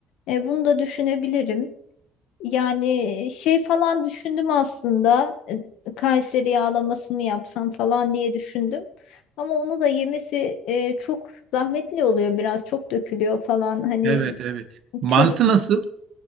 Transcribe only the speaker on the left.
E, bunu da düşünebilirim. Yani e, şey falan düşündüm aslında. e, Kayseri yağlamasını yapsam falan diye düşündüm. Ama onu da yemesi e, çok zahmetli oluyor biraz. Çok dökülüyor falan. Hani
çocuk